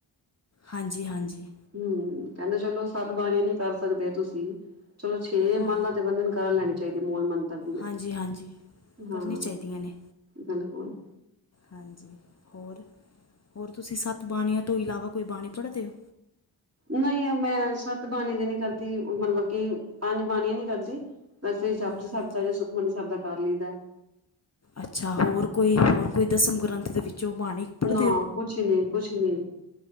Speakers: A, on the left; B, on the right.
A: ਹਾਂਜੀ-ਹਾਂਜੀ
B: ਹੂੰ ਕਹਿੰਦੇ ਚਲੋ ਸਤ ਬਾਣੀਆ ਨੀ ਕਰ ਸਕਦੇ ਤੁਸੀਂ ਚਲੋ ਛੇ ਮਾਲਾਂ
A: ਹਾਂ
B: ਤੇ ਬੰਦੇ ਨੂੰ ਕਰਨ ਲੈਣੇ ਚਾਹੀਦੀ ਮੂਲ ਮੰਤਰ ਵਧੀਆ
A: ਹਾਂਜੀ ਹਾਂਜੀ
B: ਹਾਂ
A: ਕਰਨੀ ਚਾਹੀਦੀਆਂ ਨੇ
B: ਬਿਲਕੁਲ
A: ਹਾਂਜੀ ਹੋਰ-ਹੋਰ ਤੁਸੀਂ ਸੱਤ ਬਾਣੀਆਂ ਤੋਂ ਇਲਾਵਾ ਕੋਈ ਬਾਣੀ ਪੜ੍ਹਦੇ ਓ
B: ਨਹੀਂ ਮੈਂ ਸੱਤ ਬਾਣੀ ਤੇ ਨੀ ਕਰਦੀ ਮਤਲਬ ਕਿ ਪੰਜ ਬਾਣੀ ਨੀ ਕਰਦੀ ਵੈਸੇ ਜਾਪਜੀ
A: ਹਾਂ ਹਾਂ
B: ਸਾਬ
A: ਹਾਂਜੀ
B: ਦਾ ਯਾ ਸੁਖਮਨੀ ਸਾਹਿਬ ਦਾ ਕਰ ਲਈਦਾ
A: ਅੱਛਾ ਹੋਰ ਕੋਈ ਹੋਰ ਕੋਈ ਦਸਮ ਗ੍ਰੰਥ ਦੇ ਵਿੱਚੋਂ ਬਾਣੀ ਪੜ੍ਹਦੇ
B: ਨਾ
A: ਹੋ
B: ਕੁਛ ਨੀ, ਕੁਛ ਨੀ